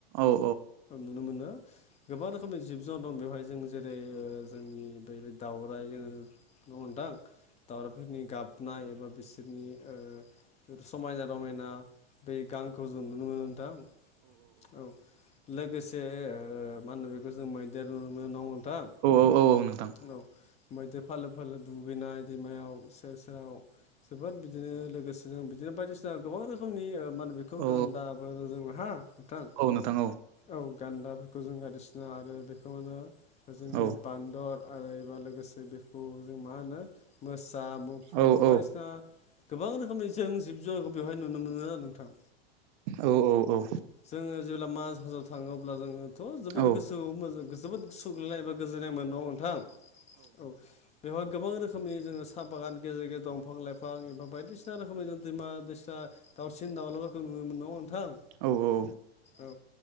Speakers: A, on the right (about 50°); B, on the left (about 20°).
A: औ
B: नुनो मोनो गोबां रोखोमनि जिब जुनार दं बेवहाय जों जेरै ओ जों नि बै दाउराय जो न'थां दाउरायफोरनि गाब बनाय एबा बिसोरनि समायना रमायना बे गांखौ ज जों नुनो नोंथां औ लोगोसे ओ मा होनो बे खौ जों मैदेर नुनो मोनो नोंथां
A: औ औ नोंथां
B: औ मैदेर फालो फालो दुगैनाय दैमायाव सेर सेराव जोबोद बिदिनो लोगोसे जों बिदिनो बायदिसिना गोबां रोखोमनि ओ मा होनो बेखौ खौ
A: औ
B: गान्दाबो होनो जों हा नोंथां
A: औ नोंथां
B: औ गान्दाफोरखौ जों <unintelligible> ओ बेखौ मा होनो जोंनि
A: औ
B: बे बान्दर आरो एबा लोगोसे बेखौ जों मा होनो मोसा मुफुर
A: औ
B: बायदिसिना
A: औ
B: गोबां रोखोमनि जों जिब जुनारखौ बेवहाय नुनो मोनो आरो नोंथां
A: औ औ औ
B: जोङो जेब्ला मान हाजोआव थाङो अब्ला जोङोथ' जोबोद
A: औ
B: गोसोआवो जोबोद सुग्लैनाय एबा गोजोननाय मोनोन नोंथां औ बेवहाय गोबां रोखोमनि जोङो साहा बागान गेजेर गेजेर दंफां लाइफां एबा बायदिसिना रोखोमनि जों दैमा दैसा दाावसिन दावलाफोरखौ नुनो मोननांगौ नोंथां
A: औ औ
B: औ